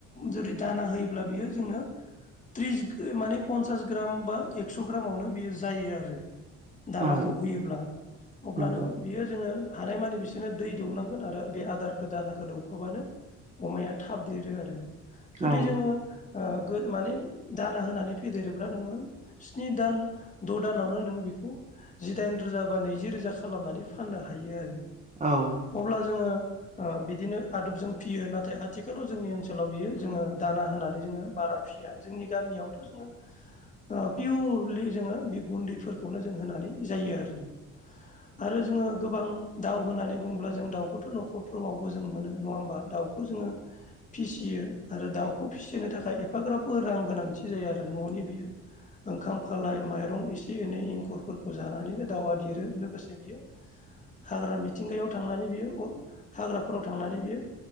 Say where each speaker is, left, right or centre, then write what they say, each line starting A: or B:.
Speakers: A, on the left; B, on the right.
A: जुदि दाना होयोब्ला बियो जोङो टिरिस माने पनसास ग्राम बा एकस' ग्रामावनो बेयो जायो आरो दानाखौ
B: औ
A: होयोब्ला अब्लानो
B: नंगौ
A: बियो जोङो हानायमानि बिसोरनो दै दौनांगोन आरो बे आदारखौ दानाखौ दौफाबानो अमाया थाबदेरो आरो जुदि
B: औ
A: जोङो माने दाना होनानै फेदेरोब्ला नोङो स्नि दान द' दानावनो नोङो बेखौ जिदाइन रोजा बा नैजि रोजा खालामनानै फाननो हायो आरो
B: औ
A: अब्ला जोङो ओ बिदिनो आदबजों फियो नाथाय आथिखालाव जोंनि ओनसोलाव बियो जोङो दाना होनानै जोङो बारा फिसिया जोंनि गामियावथ' जोङो ओ पियरलि जोङो बे गुन्दैफोरखौनो जों होनानै जायो आरो आरो जोङो गोबां दाउ होननानै बुङोब्ला जों दाउखौथ' न'खरफ्रोमावबो जों मोनो नङा होमबा दाउखौ जोङो फिसियो आरो दाउखौ फिसिनो थाखाय एफाग्राबाबो रां गोनांथि जायो आरो न'नि बि ओंखाम खालाय माइरं एसे एनै एंखुरफोरखौ जानानैनो दाउआ देरो लोगोसे बियो हाग्रा मिथिंगायाव थांनानै बियो हाग्राफोराव थांनानै बियो